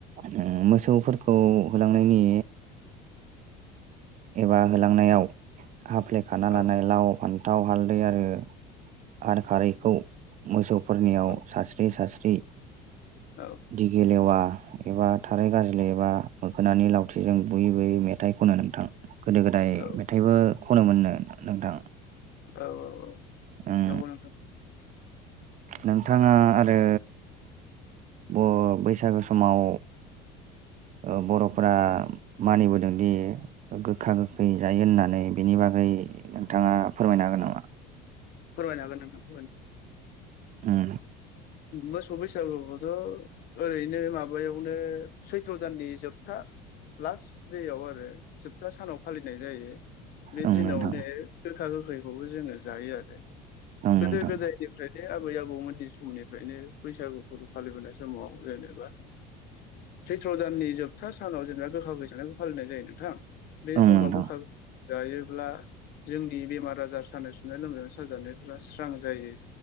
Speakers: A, on the right; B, on the left.
A: उम मोसौफोर खौ होलांनायनि एबा होलांनायाव हाफ्लेखाना
B: औ
A: लानाय लाव फान्थाव हालदै आरो हार खारै खौ मोसौफोरनियाव
B: औ
A: सास्रि सास्रि
B: औ
A: दिगेलेवा एबा थारै गाज्लि एबा मोखोनानि लावथिजों बुयै बुयै मेथाइ खनो नोंथां। गोदो गोदाय
B: औ
A: मेथाइबो खनो मोननो नोंथां।
B: औ औ औ
A: उम
B: नंगौ नोंथां।
A: नोंथाङा आरो ब' बैसागो समाव ओ बर'फोरा मानि बोदोंदि गोखा गोखै जायो होननानै बिनि बागै नोंथाङा फोरमायनो हागोन नामा?
B: फोरमायनो हागोन नोथां।
A: उम।
B: मोसौ बैसागुखौथ' ओरैनो माबायावनो सैत्र दाननि जोबथा लास्ट डेआव आरो जोबथा सानाव फालिनाय जायो। बे
A: उम
B: दिनावनो
A: नोंथां
B: गोखा गोखैखौबो जोङो जायो आरो।
A: ओं नोंथां
B: गोदो गोदायनिफ्रायनो आबै आबौमोन दिन समनि फ्रायनो बैसागु फोरबो फालिबोनाय समाव जेनोबा सैत्र दाननि जोबथा सानाव जेनेबा गोखा फैसानायखौ फालिनाय जायो नोंथां। बे
A: ओं
B: समाव
A: नोंथां
B: गोखा <unintelligible> जायोब्ला जोंनि बेमार आजार सानाय सुनाय लोमजानाय साजानायफोरा स्रां जायो